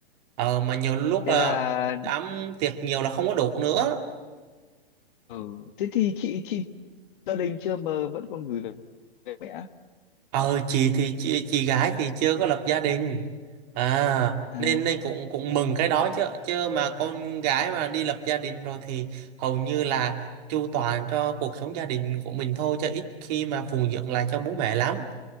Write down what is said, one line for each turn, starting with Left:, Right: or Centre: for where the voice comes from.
Right: ờ, mà nhiều lúc
Left: Thế
Right: là
Left: là
Right: đám tiệc nhiều là không có đủ nữa
Left: ừ. Thế thì chị chị gia đình chưa mà vẫn còn gửi về về mẹ.
Right: ờ chị thì chị, chị gái thì chưa có lập gia đình à
Left: À
Right: nên nên cũng cũng mừng cái đó chứ chứ mà con gái mà đi lập gia đình rồi thì hầu như là chu toàn cho cuộc sống gia đình của mình thôi chứ ít khi mà phụng dưỡng lại cho bố mẹ lắm